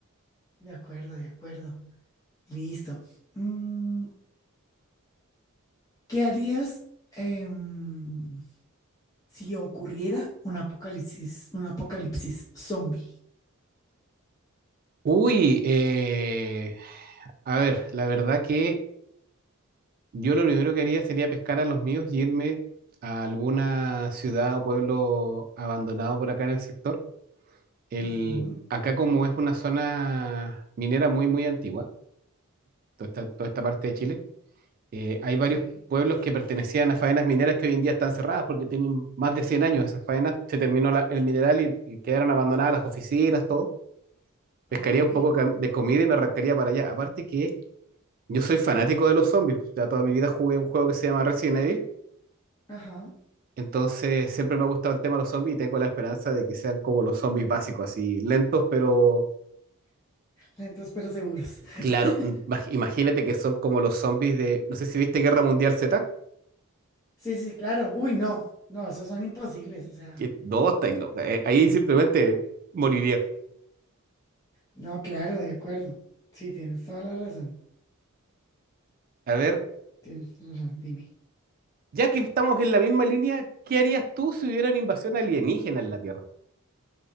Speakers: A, on the left; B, on the right.
A: De acuerdo, de acuerdo. Listo. Mm, ¿qué harías em, si ocurriera un apocalipsis, un apocalipsis zombie?
B: Uy, eh, a ver, la verdad que yo lo primero que haría sería pescar a los míos y irme a alguna ciudad o pueblo abandonado por acá en el sector. El,
A: Ujú,
B: acá como es una zona minera muy, muy antigua, toda esta, toda esta parte de Chile eh, hay varios
A: Sí,
B: pueblos que pertenecían a faenas mineras que hoy en día están cerradas porque tienen más de 100 años esas faenas. Se terminó la- el mineral y, y quedaron abandonadas las oficinas, todo. Pescaría
A: ok.
B: un poco cam- de comida y me arrancaría para allá. Aparte que yo soy fanático de los zombies. Ya toda mi vida jugué un juego que se llama Resident Evil.
A: Ajá.
B: Entonces siempre me ha gustado el tema de los zombies y tengo la esperanza de que sean como los zombies básicos, así lentos, pero
A: Lentos pero seguros. <laughs>
B: claro, imag- imagínate que son como los zombies de, no sé si viste Guerra Mundial Z,
A: Sí, sí, claro. Uy, no, no, esos son imposibles. O sea.
B: que no, estáis loca, eh, ahí simplemente moriría.
A: No, claro, de acuerdo. Sí, tienes toda la razón.
B: A ver,
A: Tienes toda la razón, dime.
B: ya que estamos en la misma línea, ¿qué harías tú si hubiera una invasión alienígena en la Tierra?